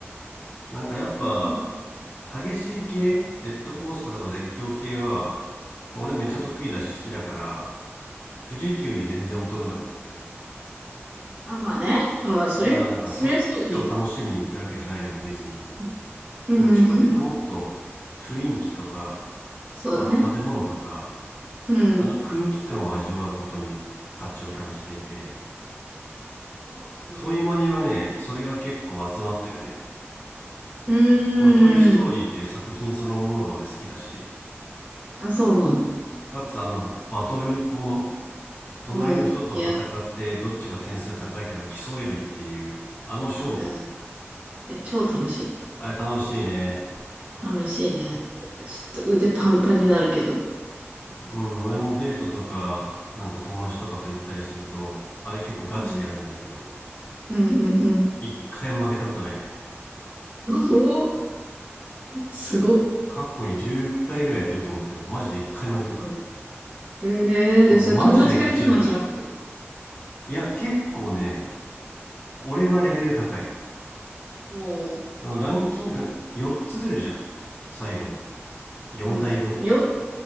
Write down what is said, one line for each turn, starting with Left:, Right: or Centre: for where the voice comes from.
Left: なんかやっぱ
Right: あれ楽しいね。
Left: 激しい系、ジェットコースターとか絶叫系は、まあ俺めっちゃ得意だし好きだから、
Right: うん。うん
Left: 富士急に全然劣るのよ。
Right: あ、まあね。まあ、そりゃ、
Left: だからなんかそっちを楽しみに行ってるわけじゃないの、
Right: そりゃそうでし
Left: 俺ディズニーに。
Right: ょ。うん。
Left: どっちかというともっと雰囲気とか、
Right: うんうんそうだね。
Left: まあ食べ物とか、
Right: うん。
Left: あの空気感を味わうことに価値を感じていて、
Right: いや、思っても。
Left: トイマニはね、それが結構集まってるね。
Right: うーん。
Left: まあ、トイ・ストーリーっていう作品そのものが俺好きだし、
Right: あ、そうなんだ。
Left: かつあのバトルもの、隣の人と戦ってどっちが点数高いかが競えるっていうあの勝負
Right: うん。いや、うん。いや、超楽しい。
Left: あれ楽しいね
Right: 楽しいね。ちょっと腕パンパンになるけど。
Left: うん俺もデートとかなんか友達とかと行ったりするとあれ結構ガチでやるんだけど
Right: うん。うんうんうん。
Left: 一回負けたことないね
Right: おお、すごっ。
Left: 過去に10回ぐらいやってると思うけどマジで一回負けたことない
Right: うん。ええで、
Left: 俺マジでガチるからね
Right: それ友達が下手なんじゃなくて。
Left: いや結構ね俺がレベル高い
Right: も
Left: あのランキング4つ出るじゃん最後に4台分
Right: う、うん。よ、